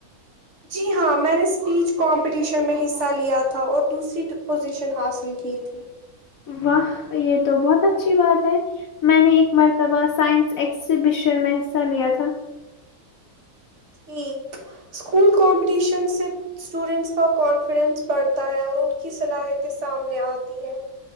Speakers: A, on the right; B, on the left.
A: جی ہاں میں نے اسپیچ کمپٹیشن میں حصہ لیا تھا اور دوسری پوزیشن حاصل کی تھی
B: واہ یہ تو بہت اچھی بات ہے میں نے ایک مرتبہ سائنس اگزیبیشن میں حصہ لیا تھا
A: ٹھیک اسکول کمپٹیشن سے اسٹوڈنٹس کا کانفیڈنس بڑھتا ہے اور ان کی صلاحیتیں سامنے آتی ہیں